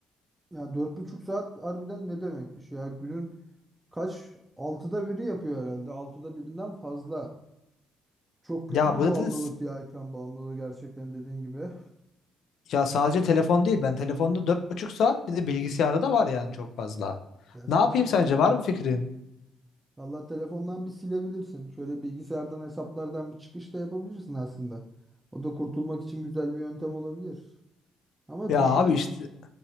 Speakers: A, on the right (about 15°); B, on the left (about 65°).
A: Ya dört buçuk saat harbiden ne demekmiş ya? Günün kaç? Altıda biri yapıyor herhalde. Altıda birinden fazla. Çok kötü
B: Ya
A: bir
B: bu
A: bağımlılık
B: da
A: ya ekran bağımlılığı gerçekten dediğin gibi.
B: Ya sadece telefon değil. Ben telefonda dört buçuk saat bir de bilgisayarda da var yani çok fazla.
A: Ya
B: Ne
A: sen
B: yapayım
A: bir,
B: sence? Var mı fikrin?
A: valla telefondan bir silebilirsin. Şöyle bilgisayardan hesaplardan bir çıkış da yapabilirsin aslında. O da kurtulmak için güzel bir yöntem olabilir. Ama
B: Ya
A: düşününce
B: abi işte